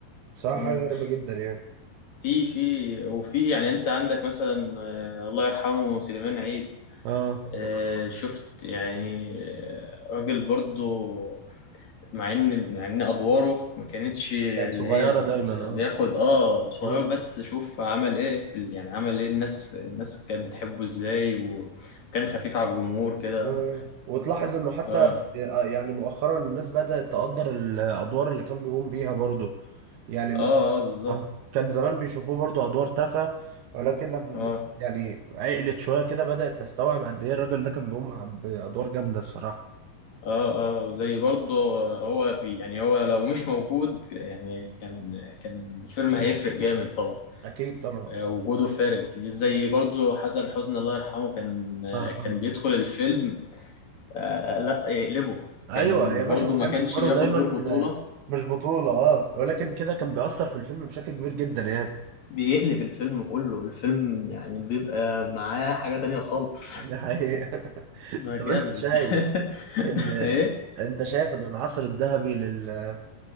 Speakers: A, on the right; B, on the left.
A: بصراحه
B: امم
A: حاجه غريبه جدا يعني
B: في في وفي يعني انت عندك مثلا آه، الله يرحمه سليمان عيد
A: اه
B: آه،
A: الله يرحمه
B: شفت يعني آه، راجل برضو مع ان مع ان ادواره ما كانتش اللي
A: كانت صغيرة
B: هي
A: دايما
B: آه،
A: اه
B: بياخد اه صغير
A: مم.
B: بس شوف عمل ايه في ال- يعني عمل ايه الناس الناس كانت بتحبه ازاي وكان خفيف على الجمهور كده
A: آه. وتلاحظ انه حتى
B: اه
A: آه، يعني مؤخرا الناس بدأت تقدر الادوار اللي كان بيقوم بيها برضو يعني
B: اه
A: ما
B: اه بالظبط
A: اه كان زمان بيشوفوه برضو ادوار تافهة ولكن لما
B: اه
A: يعني عقلت شوية كده بدأت تستوعب قد ايه الراجل ده كان بيقوم بادوار جامدة الصراحة
B: اه اه زي برضه هو بي يعني هو لو مش موجود يعني كان كان الفيلم هيفرق جامد طبعا
A: اكيد طبعا
B: آه، وجوده فارق كتير. زي برضه حسن حسني الله يرحمه كان آه،
A: الله يرحمه
B: كان بيدخل الفيلم آه لا يقلبه
A: ايوه
B: كان
A: يا باشا
B: برضه
A: وكان
B: ما كانش
A: ادواره
B: بياخد
A: دايما
B: دور بطولة
A: آه، مش بطولة اه ولكن كده كان بيأثر في الفيلم بشكل كبير جدا يعني
B: بيقلب الفيلم كله الفيلم
A: مم.
B: يعني بيبقى معاه حاجة تانية خالص
A: ده حقيقة <laughs>
B: <laughs> آه، جامد
A: طب انت شايف
B: <laughs>
A: إن انت شايف ان العصر الذهبي لل...